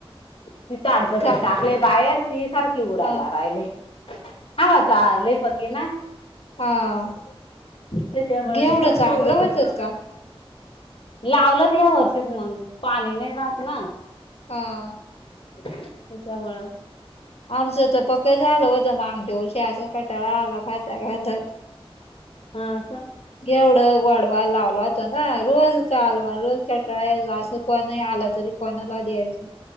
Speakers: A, on the left; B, on the left.
A: ती ताडपत्र
B: चा
A: टाकलंय बाहेर ती सारखी उडायला
B: हा
A: राहिली हा चालेय पकी ना.
B: हा
A: तेच <unintelligible>
B: एवढं
A: कर
B: चांगलं
A: तेवढं तरी.
B: होतच का
A: लावलं या वर्षीच मंग पाणी नाही राहत ना.
B: हां.
A: त्याच्यामुळं
B: आमचं तर पक्के झालं होत्या मागच्या वर्षी असं कटाळा आला खाता खाता
A: हा का.
B: ऐवढं गोडवा लावला होता ना रोज कालवाण रोज त्या कळेय असं कोणही आलं तरी कोणाला द्यायचं.